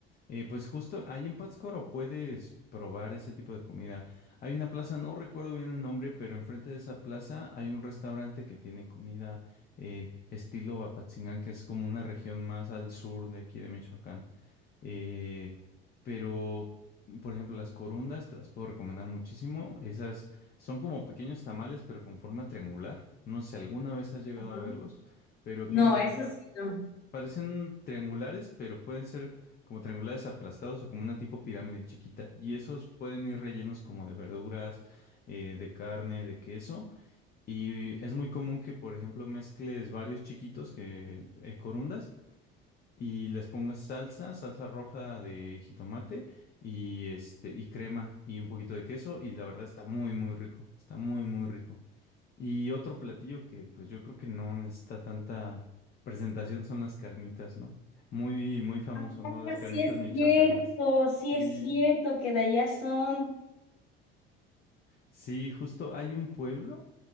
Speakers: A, on the left; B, on the left.
A: Eh, pues justo ahí en Pátzcuaro puedes probar ese tipo de comida. Hay una plaza, no recuerdo bien el nombre, pero enfrente de esa plaza hay un restaurante que tiene comida eh, estilo Apatzingán, que es como una región más al sur de aquí de Michoacán. Eh, pero, por ejemplo, las corundas te las puedo recomendar muchísimo. Esas son como pequeños tamales, pero con forma triangular. No sé, alguna vez has llegado
B: Ajá.
A: a verlos, pero
B: No,
A: tienen como
B: eso sí, no.
A: Parecen triangulares, pero pueden ser como triangulares aplastados o como una tipo pirámide chiquita. Y esos pueden ir rellenos como de verduras, eh, de carne, de queso. Y es muy común que, por ejemplo, mezcles varios chiquitos que eh, corundas y les pongas salsa, salsa roja de jitomate y este y crema y un poquito de queso. Y la verdad está muy, muy rico. Está muy, muy rico. Y otro platillo que pues yo creo que no necesita tanta presentación son las carnitas, ¿no? Muy, muy famoso,
B: Ah,
A: ¿no? Las carnitas
B: sí es
A: michoacanas.
B: cierto, sí
A: Sí.
B: es cierto que de allá son...
A: Sí, justo hay un pueblo.